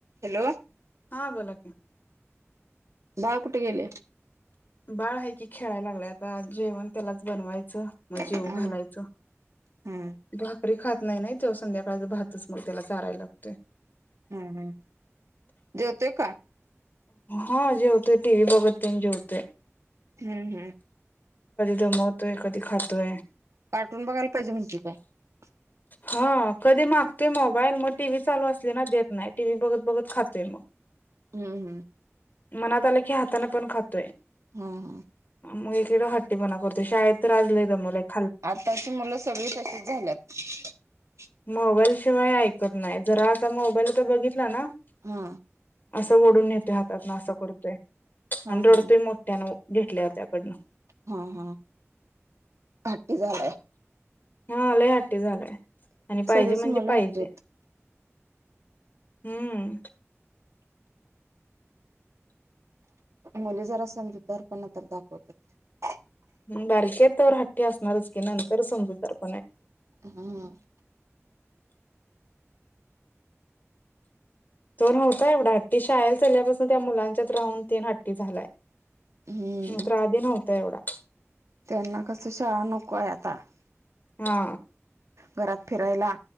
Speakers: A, on the right; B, on the left.
A: Hello
B: हा बोला कि -
A: बाळ कुठे गेले.
B: बाळ आहे की खेळायला लागलंय आता जेवण त्यालाच बनवायचं - मग जेव
A: हम्म
B: घालायचं
A: हम्म
B: भाकरी खात- नाही नाही तेव संध्याकाळच पाहतच मग त्याला चारायला लागते.
A: हम् हम् जेवते का -
B: हा जे होतय टी व्ही बघत तेन जेवतेय -
A: हम्म -हम्म
B: दमवतोय कधी खातोय?
A: कार्टून बघायला पाहिजे म्हणते काय -
B: हा कधी मागतोय मोबाईल मग टी व्ही चालू असली ना देत नाही टी व्ही बघत बघत खातोय मग -
A: हम्म -हम्म
B: मनात आलं की हातान पण खातोय!
A: हम्म -हम्म
B: मग एकेकदा हट्टीपणा करतो शाळेत्र आलय मला -
A: आताची मुलं सगळे तसेच झाल्यात -
B: मोबाईल शिवाय ऐकत नाही जरा आता मोबाईल तर बघितला ना -
A: हा
B: असं ओढून नेतोय हातातन असं करतोय
A: हा
B: आणि रडतोय
A: हा.
B: मोठ्यानं घेतल्या त्याकडनं -
A: हा हा हाट्टी झालाय -
B: हा लई हाट्टी झालंय आणि पाहिजे
A: सगळीच
B: म्हणजे
A: मुलं
B: पाहिजे.
A: हट्टी आहेत.
B: हम्म
A: मुली जरा समजूदारपना तर दाखवत्यात.
B: बारक्या तर हट्टी असणारच की नंतर समजूतदार -
A: हा
B: तो नव्हता एवढा हट्टी शाळेला चलल्यापासून त्या मुलांच्यात राहून तीन हट्टी झालाय
A: हम्म
B: ह तर आधी नव्हता एवढा -
A: त्यांना कस शाळा नकोय आता -
B: हा
A: घरात फिरायला